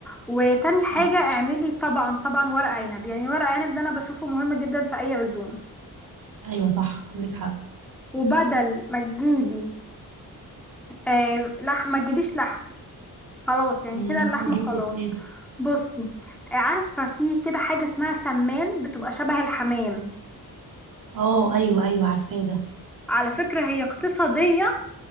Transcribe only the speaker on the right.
ماشي.
ايوه صح عندك حق
مم،
أنا اجيب
ايه طيب
اه ايوه ايوه عارفاه ده